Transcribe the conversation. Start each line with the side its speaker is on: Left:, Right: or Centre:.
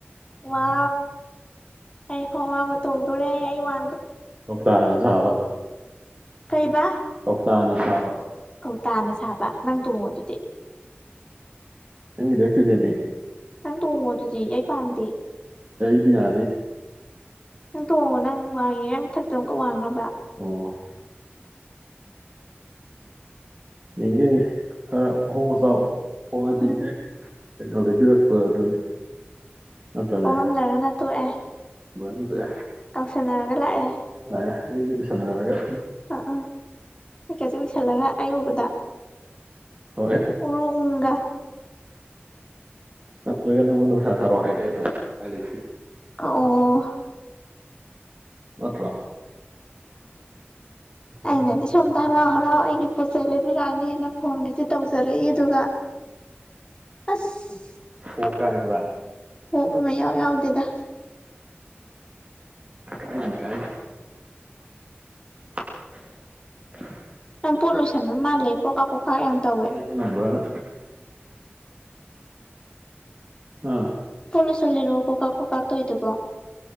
Left: ꯋꯥ ꯑꯩ ꯋꯥꯡꯕ ꯇꯣꯡꯗꯣꯔꯦ ꯑꯩ ꯋꯥ
Right: ꯊꯣꯛ ꯇꯥ ꯖꯥꯕ
Left: ꯀꯩꯕꯥ
Right: ꯆꯅ ꯆꯥꯕ
Left: ꯇꯥꯅ ꯁꯥꯕ ꯅꯪ ꯇꯣꯡꯉꯣ ꯑꯗꯨꯗꯤ
Right: ꯍꯪꯗꯤ ꯑꯣꯏꯔꯇꯗꯦꯃꯤꯦ
Left: ꯪ ꯇꯕꯨ ꯃ ꯖꯤ ꯑꯩ ꯄꯥꯝꯗꯦ
Right: ꯗꯤ ꯌꯥꯗꯦ
Left: ꯅꯪ ꯇꯣꯡꯉꯣ ꯅꯪ ꯋꯥꯡꯉꯦ ꯃꯊꯛꯇꯣ ꯑꯃꯨꯛꯀ ꯋꯥꯡꯅꯕ
Right: ꯑꯣ ꯌꯦꯦ ꯑ ꯍꯁꯥꯎ ꯄꯗꯤ
Left: ꯎꯝ
Right: ꯀꯀꯥ ꯂꯩꯕꯤꯔꯛꯄ ꯑꯗꯨꯅꯤ ꯅꯠꯇ꯭ꯔꯅꯦ
Left: ꯍꯣꯡꯉꯝꯗꯅꯅ ꯇꯣꯛꯑꯦ
Right: ꯑꯗꯨꯗ
Left: ꯀꯥꯎꯁꯟꯅꯔꯒ ꯂꯥꯛꯑꯦ
Right: ꯑꯦ ꯑꯩ ꯃꯤꯗꯨ ꯁꯝꯅꯔꯒ
Left: ꯑꯥ ꯑꯥ ꯄꯤꯀꯦꯠꯁꯦ ꯎꯏꯁꯜꯂꯒ ꯑꯩ ꯎꯕꯗ
Right: ꯍꯣꯏ
Left: ꯎꯔꯨ ꯎꯉꯒ
Right: ꯑꯅꯗ ꯈ ꯁꯥꯔꯣ ꯍꯥꯏꯔꯛꯑꯦ ꯑꯗꯨꯝ ꯍꯥꯏꯔꯛꯏꯁꯦ
Left: ꯑꯣ
Right: ꯅꯠꯇ꯭ꯔꯥ
Left: ꯑꯩꯅꯗꯤ ꯁꯣꯝꯗ ꯍꯔꯥꯎ ꯍꯔꯥꯎ ꯑꯩꯒꯤ ꯄꯣꯠꯆꯩ ꯂꯩꯕꯤꯔꯛꯑꯅꯤꯅ ꯐꯣꯟꯒꯁꯦ ꯇꯧꯖꯔꯛꯏ ꯑꯗꯨꯒ ꯑꯁ
Right: ꯑꯣ ꯀ ꯍꯥꯏꯗ
Left: ꯄꯣ ꯃꯃꯩ ꯌꯥꯎ ꯌꯥꯎꯗꯦꯗ
Right: ꯀꯥꯏ ꯀꯥꯏ <inaudible>
Left: ꯌꯥꯝ ꯄꯣꯂꯨꯁꯟꯕ ꯃꯥꯜꯂꯦ ꯀꯣꯀꯥ ꯀꯣꯀꯥ ꯌꯥꯝ ꯇꯧꯋꯦ
Right: ꯂꯩꯕ ꯉꯝꯕ꯭ꯔꯅ ꯍꯥꯥ
Left: ꯄꯣꯂꯣꯁ ꯂꯩꯔꯣ ꯀꯀꯥ ꯀꯀꯥ ꯇꯣꯏꯗꯕ